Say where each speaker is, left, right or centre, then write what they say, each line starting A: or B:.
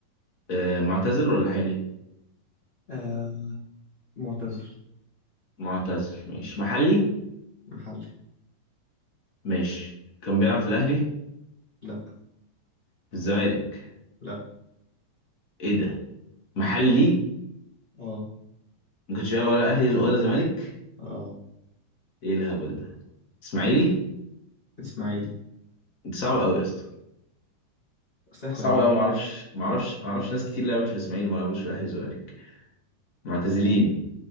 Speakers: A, on the left; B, on the left.
A: آه معتزل ولا حالي
B: آه معتزل
A: معتزل ماشي محلي
B: محلي
A: ماشي كان بيلعب في الأهلي
B: لا
A: في الزمالك
B: لا
A: إيه ده محلي
B: اه
A: ما كانش بيلعب ولا أهلي ولا زمالك
B: اه
A: إيه الهبل ده إسماعيلي
B: اسماعيلي
A: أنت صعب أوي يا اسطى
B: سهلة
A: صعب
B: والله
A: أوي معرفش معرفش معرفش ناس كتير لعبت في الإسماعيلي وما لعبوش في الأهلي والزمالك معتزلين